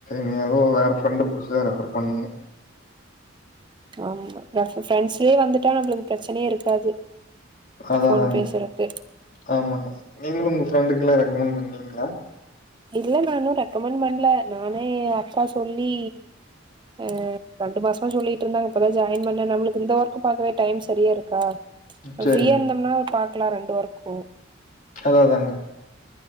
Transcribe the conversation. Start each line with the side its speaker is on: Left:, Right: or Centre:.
Left: இனி எதோ வேற ஃப்ரெண்டு புடிச்சுதா ரெஃபர் பண்ணுங்க
Right: ஆமா ரெஃப ஃப்ரெண்ட்ஸ்லயே வந்துட்டா நம்மளுக்கு பிரச்சனயே இருக்காது
Left: அத
Right: ஃபோன்
Left: அதாங்க
Right: பேசுறக்கு
Left: ஆமாங்க நீங்களு உங்க ஃப்ரெண்டுக்குலா ரெக்கமெண்ட் பண்ணீங்ளா
Right: இல்ல நா இன்னு ரெக்கமெண்ட் பண்ல நானே அக்கா சொல்லி ஆ ரெண்டு மாச மா சொல்லிட்டுருந்தாங்க இப்பதா ஜாயின் பண்ண நம்மளுக்கு இந்த ஒர் க் பாக்கவே டைம் சரியா இருக்கா நம்ம
Left: சேரிங்க
Right: ஃப்ரீயா இருந்தோம்னா பாக்கலா ரெண் டு ஒர்க்கு
Left: அதா அதாங்க